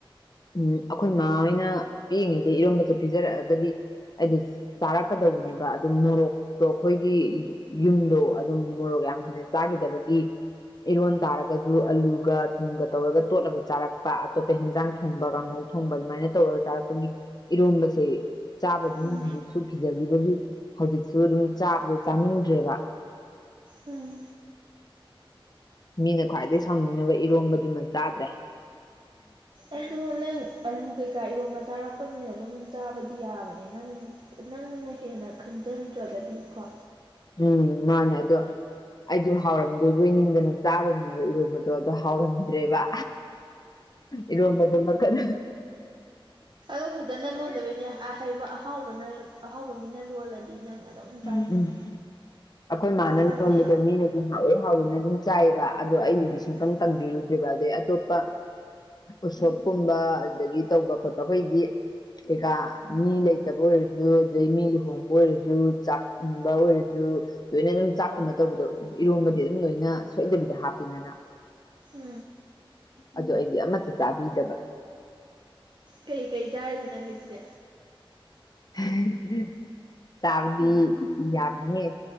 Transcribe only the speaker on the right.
ꯎꯝ
ꯎꯝꯝ
ꯑꯗꯣ ꯅꯪ ꯑꯂꯨ ꯀꯩꯀꯥ ꯏꯔꯣꯟꯕ ꯆꯥꯔꯛꯄꯅꯤꯅ ꯑꯗꯨꯝ ꯆꯥꯕꯗꯤ ꯌꯥꯕꯅꯤ ꯅꯪ ꯅꯪꯅ ꯍꯦꯟꯅꯥ ꯈꯪꯖꯤꯟꯗ꯭ꯔꯒꯗꯤꯀꯣ꯫
ꯑꯗꯨ ꯐꯖꯅ ꯂꯣꯜꯂꯕꯩꯅꯦ ꯑꯥ ꯑꯍꯥꯎꯕꯅ ꯑꯍꯥꯎꯕꯥ ꯃꯤꯅ ꯂꯣꯜꯂꯗꯤ ꯅꯪ ꯑꯗꯨꯝ ꯆꯥꯅꯤꯡꯉꯤ
ꯍꯥꯏꯕꯗꯤ
ꯎꯝ
ꯎꯝ
ꯀꯩ ꯀꯩ ꯌꯥꯥꯔꯤꯕ ꯅꯪꯒꯤꯗꯨꯗꯤ